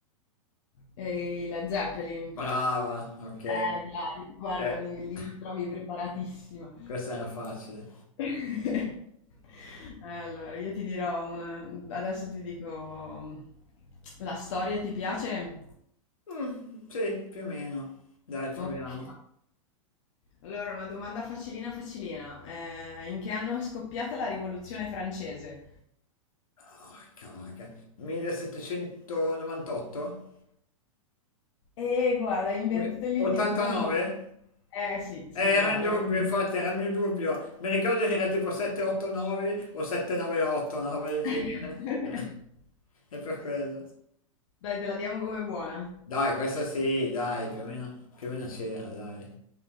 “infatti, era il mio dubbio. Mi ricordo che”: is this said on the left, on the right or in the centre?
Left